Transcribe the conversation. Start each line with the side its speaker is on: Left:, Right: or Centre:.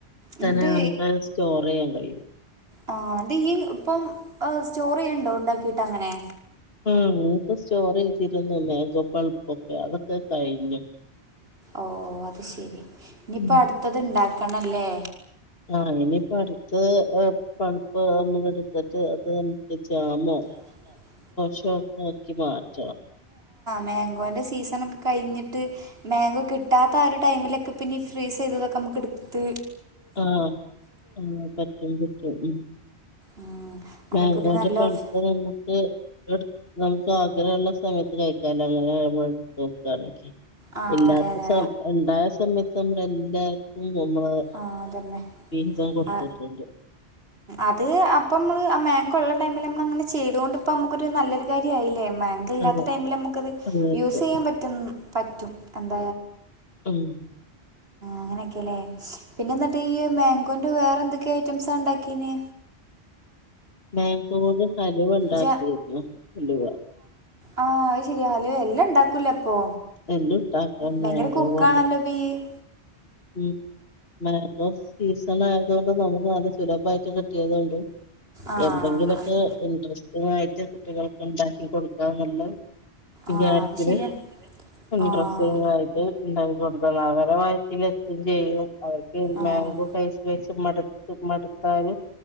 Right: എന്നിട്ട്
Left: തന്നെ നമുക്ക് സ്റ്റോർ ചെയ്യാൻ കഴിയും
Right: ആ അ ഈ ഇപ്പം സ്റ്റോറി ഉണ്ടോ ഉണ്ടാക്കിട്ട് അങ്ങനെ
Left: ആ ഇക്ക സ്റ്റോർ ചെയ്തിരുന്നു മേഗോ പൾപ്പൊക്കെ അതൊക്കെ കഴിഞ്ഞു
Right: ഓ അത് ശെരി ഇനിയിപ്പോ
Left: ഉം
Right: അടുത്തത് ഇണ്ടാക്കണല്ലേ
Left: ആ ഇനിയിപ്പ അടുത്ത് പൾപ്പ് നമ്മള് എടുത്തിട്ട് അത് നമുക്ക് ജാമോ
Right: ആ
Left: ഷോക്കാക്കി മാറ്റണം
Right: മാംഗോന്റെ സീസൺ ഒക്കെ കഴിഞ്ഞിട്ട് മാഗോ കിട്ടാത്ത ആ ഒരു ടൈമിലൊക്കെന്ന ഫ്രീസ് ചെയ് ക്കെടുത്ത്
Left: ആ ആ പറ്റും പറ്റും ഉം
Right: ഉം അതൊക്കെ
Left: മാങ്ങാന്റെ
Right: ഒരു നല്ല
Left: പൽപ്പ്
Right: ഓപ്ഷ
Left: നമുക്ക് എ നമുക്ക് ആഗ്രഹ ള്ള സമയത്ത് കഴിക്കാല അങ്ങനെ നമ്മോക്കുകയാണെങ്കി
Right: ആ
Left: ഇല്ലാത്ത
Right: അതെ അതെ
Left: സ ഉണ്ടായ സമയത്ത് നമ്മള എല്ലാർക്കും നമ്മള്
Right: ആ അതന്നെ
Left: ഫീസം കൊടുത്തിട്ടുണ്ട്
Right: ആ അത് അപ്പ നമ്മള് ആ മാംഗോ ഉള്ള ടൈമിൽ നമ്മൾ അങ്ങനെ ചെയ്തൊണ്ട് ഇപ്പ നമുക്കൊരു നല്ലൊരു കാര്യയില്ലേ മാങ്കല്ലാത്ത
Left: അതെ
Right: ടൈമിൽ നമുക്കത്
Left: അതെ അതെ
Right: യൂസ് ചെയ്യാൻ പറ്റ പറ്റും എന്ത
Left: ഉം
Right: അങ്ങനെയൊക്കെല്ലേ പിന്നെ എന്നിട്ട് ഈ മാങ്കോന്റെ വേറെ എന്തൊക്കെയ ഐറ്റംസാ ഉണ്ടാക്കീനെ
Left: മാംഗോ കലിവ്ണ്ടാക്കിരുന്നു
Right: ജ
Left: ഇലിവ
Right: ആ അത് ശരിയാ അല് എല്ലാം ഉണ്ടാക്കൂല അപ്പൊ
Left: എല്ലട്ടാക്ക
Right: ഭയങ്കര
Left: മേങ്കോ
Right: കുക്കാണല്ലോ
Left: കൊണ്ട്
Right: ഇപ്പ ഇയ്യ്
Left: ഉം മാഗോ സീസൺ ആയത കൊണ്ട് നമുക്ക് നല്ല സുലഭമായിട്ട് കിട്ടിയതൊണ്ട്
Right: ആഹ്
Left: എന്തെങ്കിലൊക്കെ
Right: അത്
Left: ഇന്ട്രസ്റ്റിങ് ആയിട്ട് കുട്ടികൾക്ക് ഉണ്ടാക്കി കൊടുക്കാ എന്നുള്ള
Right: ആഹ്
Left: എല്ലത്തിും
Right: അത് ശരിയാ ആഹ്
Left: ഡ്രസ്സിങ്ങ ആയിട്ട് ഉണ്ട കൊടുൽപരമായി എത്തും ചെയ്യും അവർക്ക്
Right: ആഹ്
Left: മാങ്കോ പൈശ പൈ മടുത്ത് മടുത്താലും